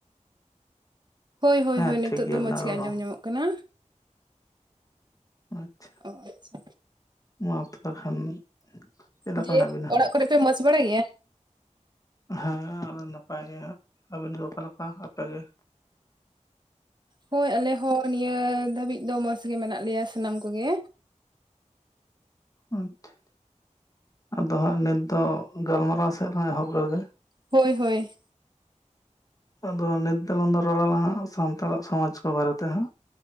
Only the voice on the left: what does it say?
ᱦᱮᱸ
ᱴᱷᱤᱠ ᱜᱮᱭᱟ
ᱟᱵᱤᱱᱟᱜ
ᱨᱚᱲ
ᱦᱚᱸ
ᱟᱪᱪᱷᱟ
ᱢᱟ ᱛᱚᱵᱮ ᱠᱷᱟᱱ, ᱪᱮᱫ ᱞᱮᱠᱟ
ᱢᱮᱱᱟᱜ ᱵᱤᱱᱟ?
ᱦᱮᱸ ᱟᱞᱮ ᱱᱟᱯᱟᱭ ᱜᱮ ᱦᱟᱸᱜ ᱟᱹᱵᱤᱱ ᱫᱚ ᱚᱠᱟᱞᱮᱠᱟ ᱟᱯᱮ ᱜᱮ?
ᱟᱪᱪᱷᱟ ᱟᱫᱚ ᱦᱟᱸᱜ ᱱᱤᱛ ᱫᱚ ᱜᱟᱞᱢᱟᱨᱟᱣ ᱥᱮᱫ ᱞᱟᱝ ᱮᱦᱚᱵ ᱞᱮᱜᱮ,
ᱟᱫᱚ ᱱᱤᱛ ᱫᱚ ᱟᱞᱟᱝ ᱫᱚ ᱨᱚᱲ ᱟᱞᱟᱝ ᱦᱟᱸᱜ ᱥᱟᱱᱛᱟᱲᱟᱜ ᱥᱚᱢᱟᱡᱽ ᱠᱚ ᱵᱟᱨᱮᱛᱮ ᱦᱟᱸᱜ,